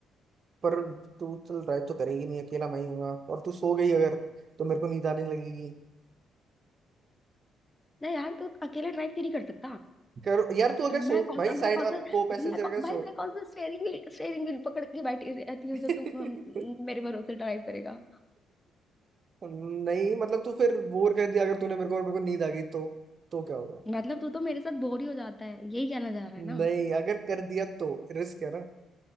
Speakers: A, on the right; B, on the left.
A: पर तू चल ड्राइव तो करेगी नहीं अकेला मैं ही हूँगा और तू सो गई अगर तो मेरे को नींद आने लगेगी
B: नहीं यार तू अकेले ड्राइव क्यों नहीं कर सकता
A: कर यार तू अगर
B: अ, मैं
A: सो
B: कौन
A: भाई
B: सा
A: साइड
B: मैं कौन
A: वाला
B: सा
A: को पैसेंजर
B: मैं कौ,
A: अगर सो
B: भाई मैं कौन सा स्टेयरिंग व्हील स्टेयरिंग व्हील पकड़ के बैठी रहती हूँ
A: <laughs>
B: जो तू अम, मेरे भरोसे ड्राइव करेगा
A: नहीं मतलब तू फिर बोर कर दिया अगर तूने मेरे को और मेरे को नींद आ गई तो तो क्या होगा
B: मतलब तू तो मेरे साथ बोर ही हो जाता है यही कहना चाह रहा है ना
A: नहीं अगर कर दिया तो रिस्क है ना